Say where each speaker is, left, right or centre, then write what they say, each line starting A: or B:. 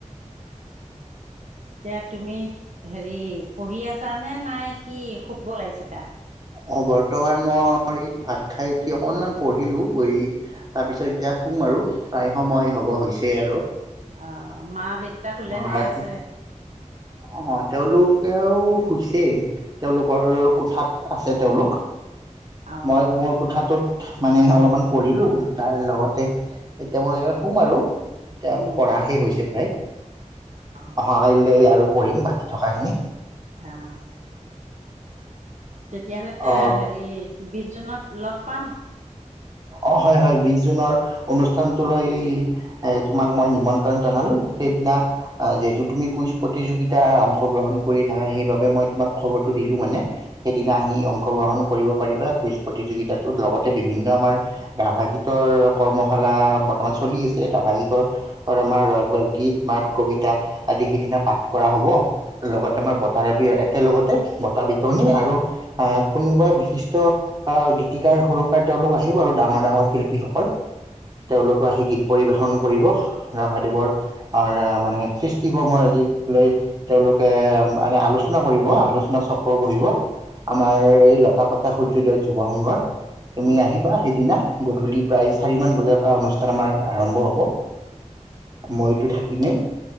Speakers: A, on the right (about 65°); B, on the right (about 30°).
A: এতিয়া তুমি হেৰি পঢ়ি আছা নে নাই কি শুব লাগিছা
B: অ বৰ্তমান মই এই ভাত খাই উঠি অকনমান পঢ়িলো পঢ়ি তাৰ পিছত এতিয়া শুম আৰু প্ৰায় সময় হব হৈছে আৰু
A: অ মা দেউতা শুলেনে
B: অ ৰাতি
A: আছে
B: অ তেওঁলোকেও শুইছেই তেওঁলোকৰ কোঠাত আছে তেওঁলোক
A: অঁ
B: মই মোৰ কোঠাটোত মানে অলপমান পঢ়িলো তাৰ লগতে এতিয়া মই শুম আৰু এতিয়া
A: উম
B: পঢ়া শেষ হৈছে প্ৰায়
A: অঁ
B: অহা কাইলৈ আৰু পঢ়িম বাকী থকাখিনি
A: আহ তেতিয়াহলে
B: অ'
A: হেৰি বিশ জুনত লগ পাম
B: অ হয় হয় বিশ জুনৰ অনুষ্ঠানটোলৈ এ তোমাক মই নিমন্ত্ৰণ জনালো সেইদিনা যিহেতু তুমি কুইজ প্ৰতিযোগিতা অংশগ্ৰহণ কৰি থাকা সেইবাবে মই তোমাক খবৰটো দিলো মানে সেইদিনা আহি অংশগ্ৰহণ কৰিব পাৰিবা কুইজ প্ৰতিযোগিতাটোত লগতে বিভিন্ন আমাৰ ৰাাভা গীতৰ কৰ্মশালা বৰ্তমান চলি আছে ৰাভা গীতৰ আমাৰ গীত মাত কবিতা আদি সেইদিনা পাঠ কৰা হব লগতে আমাৰ বতাৰ একেলগতে বতা বিতৰণি আৰু এ কোনোবা বিশিষ্ট আহ গীতিকাৰ সুৰকাৰ তেওঁলোক আহিব আহিব আৰু ডাঙৰ ডাঙৰ শিল্পীসকল তেওঁলোকো আহি গীত পৰিৱেশন কৰিব ৰাভাদেৱৰ মানে সৃষ্টি কৰ্মৰাজি লৈ তেওঁলোকে মানে আলোচনা কৰিব আলোচনা চক্ৰ বহিব। আমাৰ এই লতা কথা এ সূৰ্যদয় যুৱ সংঘৰ। তুমি
A: অঁ
B: আহিবা, সেইদিনা, গধূলি প্ৰায় চাৰিমান বজাৰ অনুষ্ঠান আমাৰ আৰম্ভ হ'ব। মইতো থাকিমেই।